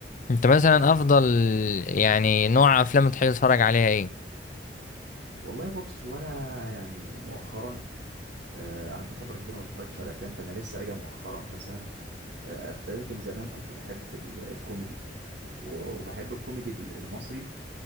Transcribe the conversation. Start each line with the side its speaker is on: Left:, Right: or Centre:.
Left: انت مثلا افضل يعني نوع افلام تحب تتفرج عليها ايه
Right: والله بص هو انا يعني مؤخرا آه، قعدت فتره كبيره ما اتفرجتش على افلام فانا لسه راجع مؤخرا مثلا آه، لكن زمان كنت بحب ال- الكوميدي و- وبحب الكوميدي ال- المصري